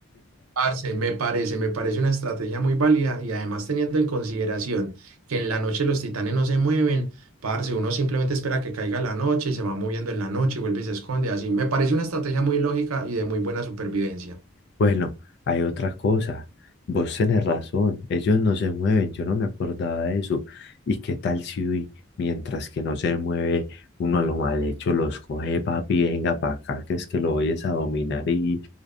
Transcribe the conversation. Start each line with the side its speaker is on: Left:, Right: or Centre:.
Right: Parce, me parece, me parece una estrategia muy válida y además teniendo en consideración que en la noche los titanes no se mueven, parce, uno simplemente espera que caiga la noche y se va moviendo en la noche y vuelve y se esconde, así. Me parece una estrategia muy lógica y de muy buena supervivencia.
Left: Bueno, hay otra cosa. Vos tenés razón, ellos no se mueven, yo no me acordaba de eso. ¿Y qué tal si uy, mientras que no se mueve, uno a lo mal hecho los coge, papi, venga para acá, que es que lo vayas a dominar y,